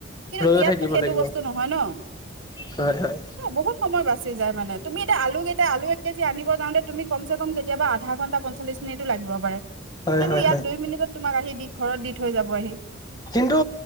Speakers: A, on the right; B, on the left.
A: কিন্তু
B: ৰৈয়ো
A: ইয়াতো
B: থাকিব
A: সেইটো
B: লাগিব
A: বস্তু নহয় ন।
B: হয় হয়
A: বহুত সময় বাচি যায় মানে। তুমি এটা আলুকেইটা আলু এক কেজি আনিব যাওঁতে তুমি কম চে কম কেতিয়াবা আধা ঘণ্টা পঞ্চল্লিশ মিনিটো লাগিব পাৰে
B: হয়
A: কিন্তু
B: হয়
A: ইয়াত
B: হয়
A: দুই মিনিটত তোমাক আহি দি ঘৰত দি থৈ যাব আহি।
B: কিন্তু